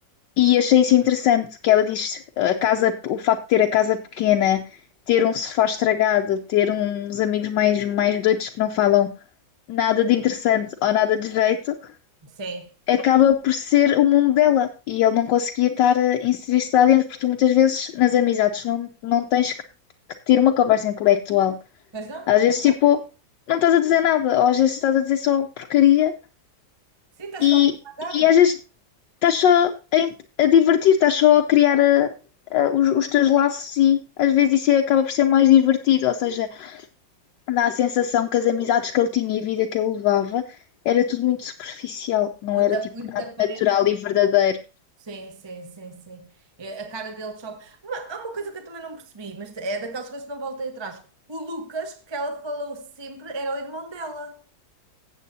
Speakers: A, on the left; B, on the right.
A: E achei isso interessante, que ela diz, a casa, o facto de ter a casa pequena, ter um sofá estragado, ter uns amigos mais, mais doidos que não falam nada de interessante ou nada de jeito,
B: Sim.
A: acaba por ser o mundo dela. E ele não conseguia estar a inserir-se lá dentro, porque tu muitas vezes nas amizades não, não tens que, que ter uma conversa intelectual
B: Pois não?
A: às vezes, tipo, não estás a dizer nada, ou às vezes estás a dizer só porcaria
B: Sim, estás
A: e,
B: só a devagar.
A: e às vezes estás só a, in- a divertir, estás só a criar a- a- os, os teus laços e às vezes isso é, acaba por ser mais divertido, ou seja, dá a sensação que as amizades que ele tinha e a vida que ele levava era tudo muito superficial, não
B: Tudo
A: era tipo
B: a muito
A: nada
B: da parede.
A: natural e verdadeiro.
B: Sim, sim, sim, sim. É, A cara dele choca. Uma, há uma coisa que eu também não percebi, mas é daquelas coisas que não voltei atrás. O Lucas, que ela falou sempre, era o irmão dela.